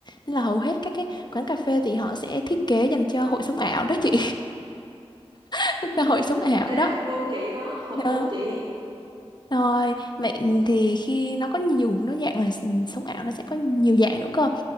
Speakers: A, on the left (about 45°); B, on the right (about 50°).
A: nên là hầu hết các cái
B: ừ.
A: quán cà phê thì họ sẽ thiết kế dành cho hội sống ảo đó chị <laughs>
B: <laughs>
A: và hội sống ảo đó
B: Ê, hợp gu chị đó, hợp
A: đó
B: gu chị.
A: Rồi, vậy thì khi nó có nhiều nó dạng là s- sống ảo nó sẽ có nhiều dạng nữa cơ.